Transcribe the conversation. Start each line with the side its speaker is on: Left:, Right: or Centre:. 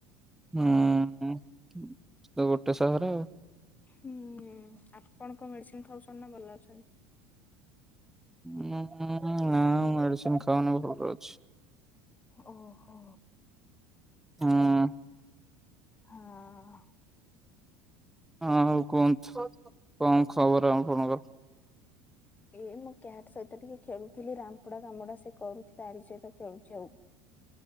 Centre: ହୁଁ ତ ଗୋଟେ ସହର ଆଉ।
Left: ହୁଁ ଆପଣ କଣ ମେଡିସିନ ଖାଉଛନ୍ତି ନା ଭଲ ଅଛନ୍ତି?
Centre: ଉଁ ନା ମେଡିସିନ ଖାଉନି ଭଲ ଅଛି।
Left: ଓହୋ।
Centre: ହଁ।
Left: ହଁ।
Centre: ହଁ ଆଉ କୁହନ୍ତୁ କଣ ଖବର ଆପଣଙ୍କର?
Left: ଏ ମୁଁ କ୍ୟାଟ୍ ସହିତ ଟିକେ ଖେଳୁଥିଲି ରାମ୍ପୁଡ଼ା କାମୁଡା ସେ କରୁଛି ତାରି ସହିତ ଖେଳୁଛି ଆଉ।